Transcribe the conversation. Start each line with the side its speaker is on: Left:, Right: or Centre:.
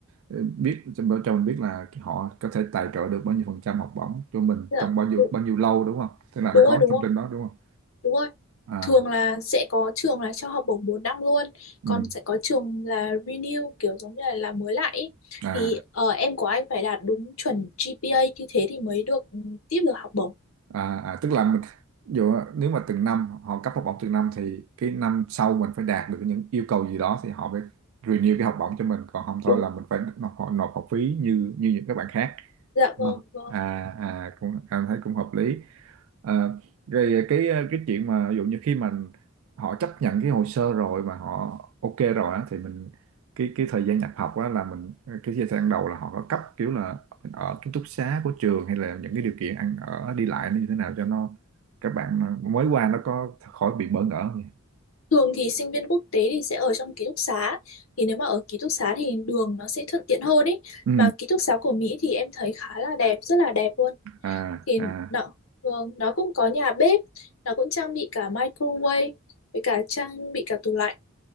Right: ờ, biết cho, cho mình biết là họ có thể tài trợ được bao nhiêu phần trăm học bổng cho mình
Left: dạ
Right: trong bao nhiêu
Left: đúng
Right: bao nhiêu lâu đúng không tức là
Left: đúng
Right: đã
Left: rồi
Right: có
Left: đúng
Right: thông
Left: rồi
Right: tin đó đúng không
Left: Đúng rồi.
Right: à
Left: Thường là sẽ có trường là cho học bổng 4 năm luôn,
Right: ừ
Left: còn sẽ có trường là renew kiểu giống như là làm mới lại ý.
Right: à
Left: Thì ờ, em của anh phải đạt đúng chuẩn GPA như thế thì mới được ừ, tiếp được học bổng.
Right: à, à tức là mình ví dụ nếu mà từng năm họ cấp học bổng từng năm thì cái năm sau mình phải đạt được những yêu cầu gì đó thì họ mới renew cái học bổng cho mình còn không thôi
Left: Đúng.
Right: là mình phải nộp nộp học phí như như những các bạn khác
Left: Dạ
Right: Vâng.
Left: vâng, vâng.
Right: À, à cũng em thấy cũng hợp lý. À, rồi cái cái chuyện mà ví dụ như khi mà họ chấp nhận cái hồ sơ rồi mà họ ok rồi á thì mình cái cái thời gian nhập học á là mình cái thời gian đầu là họ có cấp kiểu là mình ở ký túc xá của trường hay là những cái điều kiện ăn ở đi lại nó như thế nào cho nó các bạn mới qua nó có khỏi bị bỡ ngỡ không nhỉ?
Left: Thường thì sinh viên quốc tế thì sẽ ở trong ký túc xá. Thì nếu mà ở ký túc xá thì đường nó sẽ thuận tiện hơn ấy.
Right: Ừ.
Left: Mà ký túc xá của Mỹ thì em thấy khá là đẹp, rất là đẹp luôn.
Right: À,
Left: Thì
Right: à.
Left: nó vâng, nó cũng có nhà bếp, nó cũng trang bị cả microwave với cả trang bị cả tủ lạnh